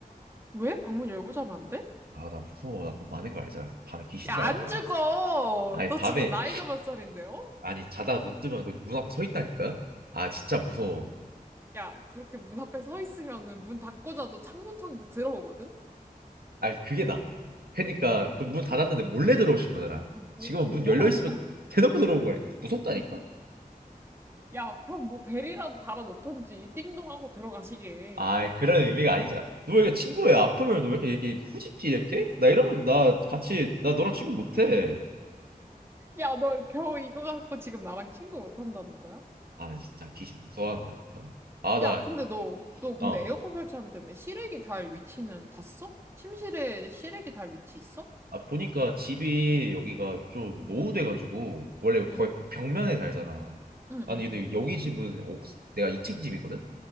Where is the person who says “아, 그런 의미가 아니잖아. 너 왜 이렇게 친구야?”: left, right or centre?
Right